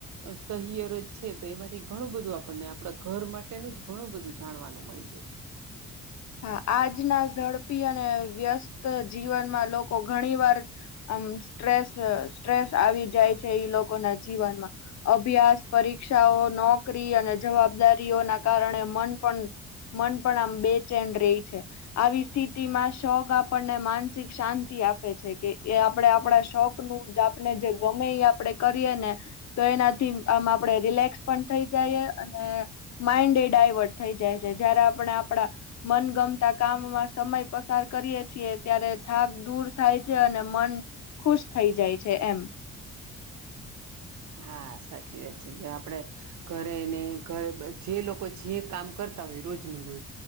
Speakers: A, on the right (about 70°); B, on the left (about 65°).
A: સહિયરજ છે તો એમાંથી ઘણું બધું આપડ ને આપણા ઘર માટેનું જ ઘણું બધું જાણવાનું મળી જાય.
B: <inaudible> આજના ઝડપી અને વ્યસ્ત જીવનમાં લોકો ઘણી વાર આમ સ્ટ્રેસ સ્ટ્રેસ આવી જાય છે લોકો ના જીવનમાં અભ્યાસ, પરીક્ષાઓ, નોકરી અને જવાબદારીઓ ના કારણે મન પણ મન પણ આમ બે રહી છે, આવી સ્થિતિમાં શોખ આપણને માનસિક શાંતિ આપે છે કે એ આપડે આપડા શોખ નું આપને જે ગમે આપડે કરીએ ને તો એનાથી આમ આપડે રિલેક્સ પણ થઈ જાય અને માઇન્ડ એ ડાયવર્ટ થઈ જાય છે, જયારે આપણે આપડા મનગમતા કામમાં સમય પસાર કરીય છીએ ત્યારે થાક દૂર થાય છે, અને મન ખુશ થઈ જાય છે એમ.
A: હા સાચી વાત છે. જે આપણે ઘરેને ઘરે જે લોકો જે કામ કરતા હોય રોજનું રોજ